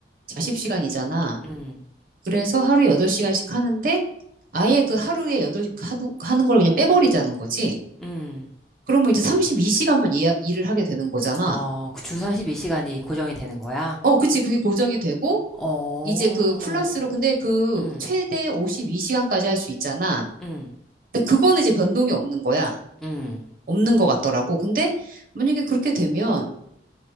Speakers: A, on the right; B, in the centre.
A: 사십 시간이잖아
B: 음,
A: 그래서 하루에 8시간씩 하는데 아예 그 하루에 8시간 하는, 하는 걸 그냥 빼버리자는 거지.
B: 음.
A: 그러면 이제 32시간만 일을 하게 되는 거잖아.
B: 어, 그주 32시간이 고정이 되는 거야?
A: 어, 그치. 그게 고정이 되고
B: 어,
A: 이제 그 플러스로 근데 그
B: 음,
A: 최대 52시간까지 할 수 있잖아.
B: 음,
A: 근데 그거는 이제 변동이 없는 거야.
B: 음.
A: 없는 것 같더라고. 근데 만약에 그렇게 되면